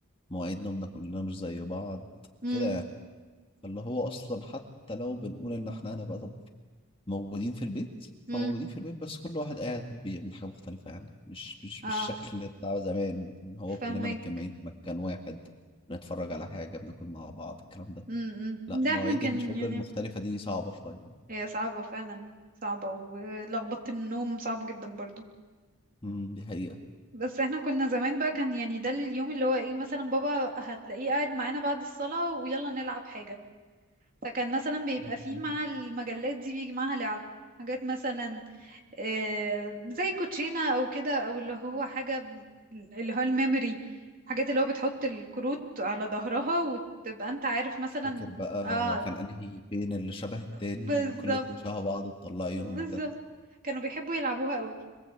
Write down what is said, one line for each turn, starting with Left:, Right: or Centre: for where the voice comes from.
Left: مواعيد نومنا كلنا مش زي بعض
Right: مم.
Left: كده يعني فاللي هو اصلا حتى لو بنقول ان احنا هنبقى موجودين في البيت فموجودين
Right: مم.
Left: في البيت بس كل واحد قاعد بيعمل حاجة مختلفة يعني مش مش
Right: اه
Left: بالشكل بتاع زمان ان هو
Right: فاهمك
Left: كلنا متجمعين في مكان واحد بنتفرج على حاجة بناكل مع بعض الكلام ده
Right: امم
Left: لا
Right: لا
Left: مواعيد
Right: احنا كان
Left: الشغل
Right: يعني
Left: المختلفة دي صعبة شوية
Right: هي صعبة فعلا صعبة ولخبطة النوم صعبة جدا برضو
Left: امم دي حقيقة
Right: بس احنا كنا زمان بقى كان يعني ده اليوم اللي هو ايه مثلا بابا هتلاقيه قاعد معانا بعد الصلاة ويلا نلعب حاجة فكان مثلا بيبقى
Left: مم.
Right: فيه مع المجلات دي بيجي معاها لعب حاجات مثلا آه زي كوتشينة او كده او اللي هو حاجة ب- اللي هو الميموري حاجات اللي هو بتحط الكروت على ظهرها وتبقى انت عارف مثلا
Left: تفتكر بقى
Right: اه
Left: هو كان انهي فين اللي شبه التاني
Right: بالظبط
Left: وكل اتنين شبه بعض تطلعيهم
Right: بالظبط
Left: وكده
Right: كانوا بيحبوا يلعبوها قوي